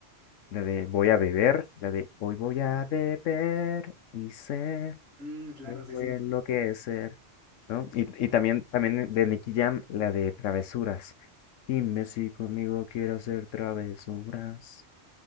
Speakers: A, on the left (about 75°); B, on the right (about 55°).
A: la de Voy a beber, la de Hoy voy a beber y sé
B: Mm, claro,
A: Me voy
B: sí, sí.
A: a enloquecer, ¿no? Y, y también, también de Nicky Jam, la de travesuras. Dime si conmigo quiero hacer travesuras.